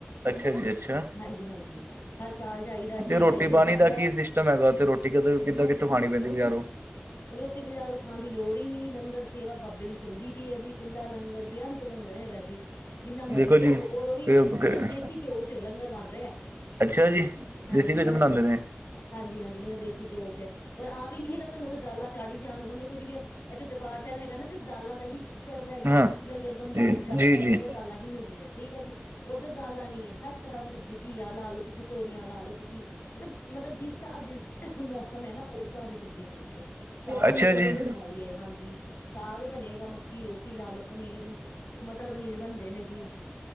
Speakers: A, on the right; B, on the left.
A: ਅੱਛਾ ਜੀ ਅੱਛਾ।
B: ਹਾਂਜੀ ਹਾਂਜੀ ਹਰ ਸਾਲ ਜਾਈਦਾ ਜੀ
A: ਤੇ ਰੋਟੀ-ਪਾਣੀ
B: ਵਾਹਿਗੁਰੂ ਬੁਲਾਉਂਦਾ
A: ਦਾ ਕੀ
B: ਹੈ।
A: ਸਿਸਟਮ ਹੈਗਾ ਓਥੇ ਰੋਟੀ ਠੀਕਾ, ਕਿੱਦਾਂ, ਕਿਥੋਂ ਖਾਣੀਂ ਪੈਂਦੀ ਬਾਜਾਰੋਂ?
B: ਰੋਟੀ ਬਾਜ਼ਾਰੋਂ ਖਾਣ ਦੀ ਲੋੜ ਈ ਨੀ, ਲੰਗਰ ਸੇਵਾ ਬਾਬੇ ਦੀ ਚੱਲਦੀ ਪਈ ਐ ਜੀ, ਖੁੱਲ੍ਹਾ ਲੰਗਰ, ਬੇਅੰ ਤ ਲੰਗਰ ਹੈਗਾ ਜੀ। ਜਿੰਨਾ ਮਰਜ਼ੀ
A: ਦੇਖੋ
B: ਛੱਕੋ
A: ਜੀ
B: ਔਰ ਉਹ ਵੀ
A: ਫਿਰ
B: ਨਹੀਂ ਨਾ ਦੇਸੀ ਘਿਓ ਚ ਲੰਗਰ ਬਣ ਰਿਹਾ।
A: ਅੱਛਾ ਜੀ
B: ਹਾਂਜੀ,
A: ਦੇਸੀ ਘਿਓ
B: ਨਿਰਾ
A: ਚ ਬਣਾਉਂਦੇ
B: ਦੇਸੀ
A: ਨੇ
B: ਕੁਝ। ਹਾਂਜੀ-ਹਾਂਜੀ, ਨਿਰਾ ਦੇਸੀ ਘਿਓ 'ਚ' ਪਰ ਆਹ ਵੀ ਨੀ ਹੈਗਾ ਤੁਹਾਨੂੰ ਉੱਥੇ ਦਾਲਾਂ ਚਾੜੀ ਜਾਣ। ਹੁਣ ਦੇਖੋ ਜਿਵੇਂ ਤੇ ਦਰਬਾਰ ਸਾਬ ਹੈਗਾ ਨਾ ਸਿਰਫ ਦਾਲਾਂ ਦਾ ਹੀ, ਚੜ੍ਹਦਾ ਜੀ।
A: ਹਾਂ
B: ਲੰਗਰ ਬਣਦਾ,
A: ਜੀ
B: ਜਦ ਜ਼ਿਆਦਾਤਰ
A: ਜੀ ਜੀ
B: ਲੰਗਰ ਦਾਲਾਂ ਹੀ ਮਿਲਦੀਆਂ, ਠੀਕ ਆ ਜੀ। ਉੱਧਰ ਦਾਲਾਂ ਨੀ ਹਰ ਤਰ੍ਹਾਂ ਦੀ ਸਬਜ਼ੀ ਘੀਆ ਲਾ ਲਓ ਤੁਸੀਂ, ਤੋਰੀਆਂ ਲਾ ਲਓ ਤੁਸੀਂ ਮਤਲਬ, ਮਤਲਬ ਜਿਸ ਹਿਸਾਬ ਦੀ ਮੌਸਮ ਹੈ ਨਾ, ਉਸ ਹਿਸਾਬ ਦੀਆਂ ਸਬਜ਼ੀਆਂ ਚੱਲਦੀਆਂ। ਸਾਗ
A: ਅੱਛਾ
B: ਉੱਥੇ
A: ਜੀ
B: ਤੇ ਹੈ ਹੀ ਐ। ਹਾਂਜੀ, ਸਾਗ ਬਣੇਗਾ, ਮੱਕੀ ਰੋਟੀ ਲਾ ਲਓ, ਪਨੀਰ। ਉਹ ਮਟਰ ਪਨੀਰ ਬਣਦੇ ਨੇ ਜੀ।